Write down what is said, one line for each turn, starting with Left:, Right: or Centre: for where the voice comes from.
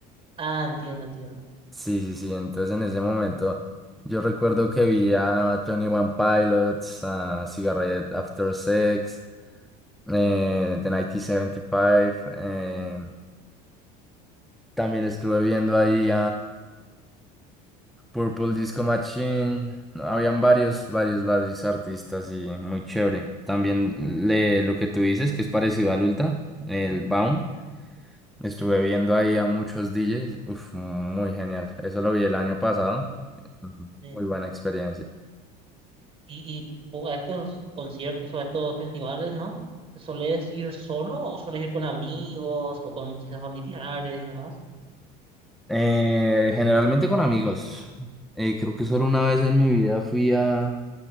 Right: Ah, entiendo, entiendo.
Centre: Sí, sí, sí. Entonces en ese momento yo recuerdo que vi a Tony One Pilots, a Cigarette After Sex, eh, The 1975. eh, también estuve viendo ahí Purple Disco Machine, no, habían varios, varios, varios artistas y muy chévere. También le, lo que tú dices, que es parecido al Ultra, el Baum. Estuve viendo ahí a muchos DJs, uf, muy genial. Eso lo vi el año pasado,
Right: Y, sí.
Centre: muy buena experiencia.
Right: y, y vo- a estos conciertos o a estos festivales, ¿no? ¿Solés ir solo o solés ir con amigos o con quizás familiares y demás?
Centre: Eh, generalmente con amigos. Eh, creo que solo una vez en mi vida fui a,